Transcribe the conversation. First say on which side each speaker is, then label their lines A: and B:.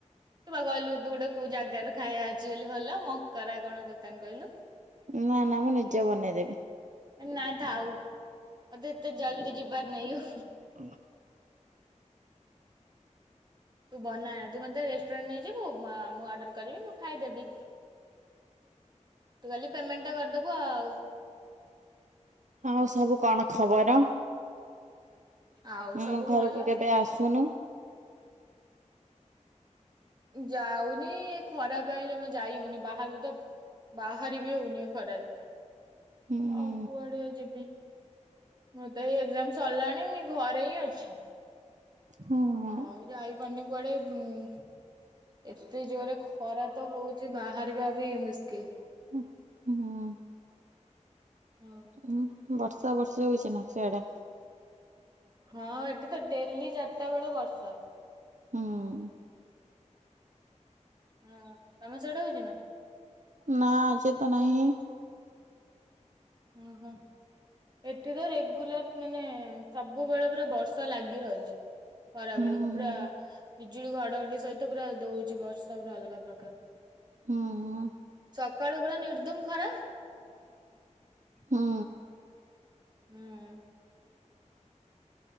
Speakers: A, on the right (about 35°); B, on the right (about 75°).
A: ତୁ ବା କହିଲୁ ତୁ ଗୋଟେ କୋଉ ଜାଗାରେ ଖାଇବା ଅଛି ବୋଲି ଭଲ ମକରା କଣ ଦୋକାନ କହିଲୁ।
B: ନା ନା ମୁଁ ନିଜେ ବନେଇଦେବି।
A: ଏ ନା ଥାଉ ମୋତେ ଏତେ ଜଲଦି ଯିବାର ନାଇଁ ଲୋ।
B: ଓ
A: ତୁ ବନାନା ତୁ ମୋତେ ରେଷ୍ଟୁରାଣ୍ଟ ନେଇଯିବୁ ମା- ମୁଁ ଅର୍ଡର କରିବି ମୁଁ ଖାଇଦେବି। ତୁ ଖାଲି ପେମେଣ୍ଟ ଟା କରିଦବୁ ଆଉ।
B: ଆଉ ସବୁ କଣ ଖବର?
A: ଆଉ
B: ମୋ
A: ସବୁ
B: ଘରକୁ
A: ଭଲ
B: କେବେ ଆସୁନୁ।
A: ଯାଉନି ଖରା ପାଇଁ ଜମା ଯାଇ ହଉନି ବାହାରକୁ ତ ବାହାରି ବି ହଉନି ଖରାରେ
B: ହୁଁ
A: ଆଉ କୁଆଡେ ଯିବି। ମୋର ତ ଏଇ ଏକ୍ଜାମ୍ ସରଲାଣି ଘରେ ହିଁ ଅଛି।
B: ହଁ
A: ଆଉ ଯାଇ ପାରୁନି କୁଆଡେ ଉଁ,। ଏତେ ଜୋରେ ଖରା ତ ହଉଛି ବାହାରିବା ବି ମୁସ୍କିଲ୍।
B: ଓ ହଁ, ହଁ।
A: ହଉ।
B: ଉଁ, ବର୍ଷା ବର୍ଷା ହଉଛି ନା ସିଆଡେ?
A: ହଁ ଏଠି ତ ଡେଲି ଚାଟା ବେଳେ ବର୍ଷା।
B: ହଁ।
A: ହଁ ତୋମ ସିଆଡେ ହଉଛି ନା?
B: ନା ଆଜି ତ ନାହିଁ।
A: ଓ ହୋ। ଏଠି ତ ରେଗୁଲାର ମାନେ ସବୁବେଳେ ପୁରା ବର୍ଷା ଲାଗି ରହିଛି। ଖରା
B: ହୁଁ।
A: ବେଳକୁ ପୁରା ବିଜୁଳି ଘଡଘଡି ସହିତ ପୁରା ଦଉଛି ବର୍ଷା ପୁରା ଅଲଗା ପ୍ରକାର।
B: ହଁ, ହଁ।
A: ସକାଳୁ ପୁରା ନିର୍ଦ୍ଦୁମ ଖରା।
B: ହଁ।
A: ହଁ।